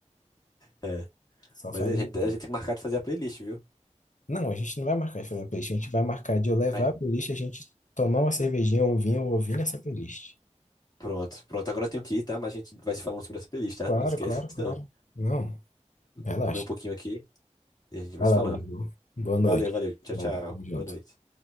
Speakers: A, on the left; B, on the left.
A: É.
B: Só
A: Mas
B: faz
A: a
B: menino.
A: gente, a gente tem que marcar de fazer a playlist, viu?
B: Não, a gente não vai marcar de fazer uma playlist. A gente vai marcar de eu levar
A: Aí,
B: a playlist, a gente tomar uma cervejinha ou um vinho ouvindo essa playlist.
A: pronto, pronto. Agora eu tenho que ir, tá? Mas a gente vai se falando sobre essa playlist, tá?
B: Claro,
A: Não esquece,
B: claro, claro.
A: não.
B: Não, relaxa.
A: Vou comer um pouquinho aqui e a gente vai
B: Vai
A: se
B: lá,
A: falando.
B: amigo. Boa noite.
A: Valeu, valeu. Tchau,
B: Vai,
A: tchau.
B: tamo junto.
A: Boa noite.